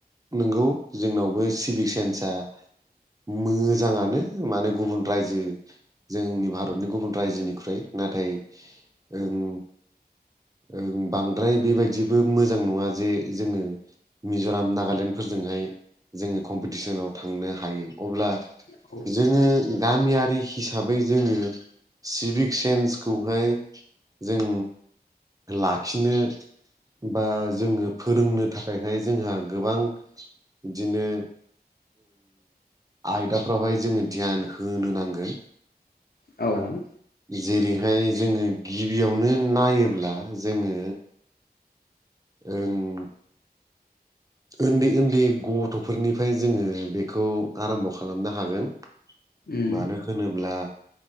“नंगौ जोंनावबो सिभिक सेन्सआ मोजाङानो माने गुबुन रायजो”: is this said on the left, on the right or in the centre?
Right